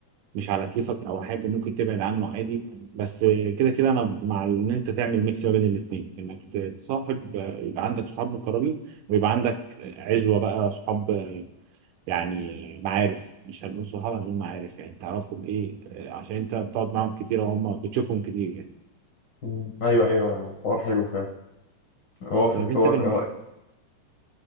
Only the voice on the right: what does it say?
مش على كيفك او حاجه ممكن تبعد عنه عادي بس كده كده انا مع ان انت تعمل ميكس ما بين الاثنين انك تصاحب يبقى عندك صحاب مقربين ويبقى عندك عزوة بقى صحاب يعني معارف مش هنقول صحاب هنقول معارف يعني تعرفهم ايه آه، عشان انت بتقعد معاهم كتير وهم بتشوفهم كتير يعني
طيب انت
بن-